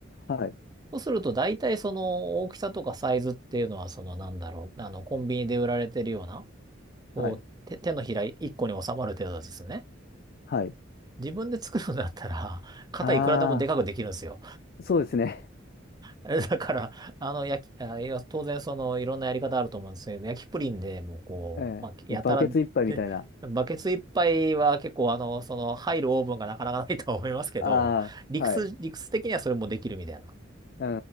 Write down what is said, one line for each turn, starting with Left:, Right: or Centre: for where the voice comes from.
Left: はい。
Right: そうすると、大体その大きさとかサイズっていうのは、そのなんだろう、あの、コンビニで売られてるような、
Left: はい。
Right: こう、手、手のひら1個に収まる程度ですね。
Left: はい。
Right: 自分で作るんだったら、肩いくらでもでかくできるんですよ。
Left: ああ、そうですね。
Right: えだから、あの、焼き、あ、いや、当然、その、いろんなやり方あると思うんですけど、焼きプリンでもう、こう、
Left: <laughs> ええ。
Right: まあ、やたら、
Left: バケツ一杯みたいな。
Right: で、バケツいっぱいは結構、あの、その、入るオーブンがなかなかないとは思いますけど、
Left: ああ、
Right: 理屈、
Left: はい。
Right: 理屈的にはそれもできるみたいな。
Left: う